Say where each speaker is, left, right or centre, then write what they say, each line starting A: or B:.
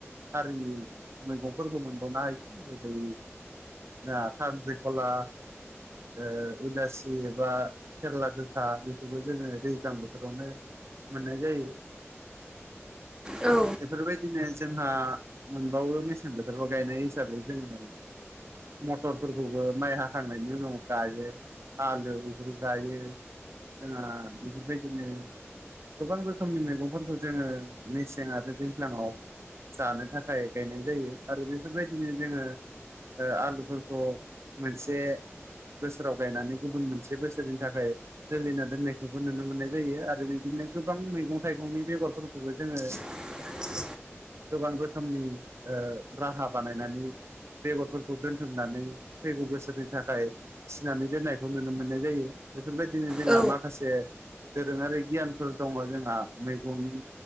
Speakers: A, on the right; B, on the right.
A: हारिनि मैगंफोरबो मोनबावनो हायो जेरै आ खांख्रिखला ओ इलासि एबा खेरला गोखा बेखौबो जोङो दैज्लां बोथोरावनो मोननाय जायो।
B: औ
A: बेफोरबायदिनो जोंहा मोनबावो मेसें बोथोराव गायनाय हिसाबै जोङो मटरफोरखौबो माइ हाखांनायनि उनाव गायो आलो बेफोरखौ गायो। जोंहा बेफोरबायदिनो गोबां रोखोमनि मैगंफोरखौ जोङो मेसें आरो दैज्लाङाव जानो थाखाय गायनाय जायो आरो बेफोरबायदिनो जोङो ओ आलुफोरखौ मोनसे बोसोराव गायनानै गुबुन मोनसे बोसोरनि थाखाय जोलैना दोननायखौबो नुनो मोननाय जायो आरो बिदिनो गोबां मैगं थाइगंनि बेगरफोरखौबो जोङो
B: <inaudible>
A: गोबां रोखोमनि ओ राहा बानायनानै बेगरफोर खौ दोनथुमनानै फैगौ बोसोरनि थाखाय थिनानै दोननायखौ नुनो मोननाय जायो। बेफोरबायदिनो जोंहा
B: औ
A: माखासे दोरोङारि गियानफोर दङ' जोंहा मैगंनि